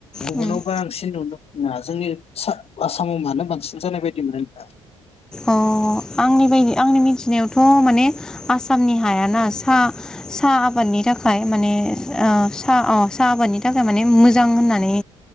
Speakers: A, on the left (about 40°); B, in the centre.
A: गुबुनाव
B: उम
A: बांसिन नुनो नङा जोंनि सा आसामाव मानो बांसिन जानाय बायदि मोनो नोंथांआ?
B: अ आंनि बायदि आंनि मिथिनायावथ' माने आसामनि हायाना सा सा आबादनि थाखाय माने स साहा आबादनि थाखाय माने मोजां होननानै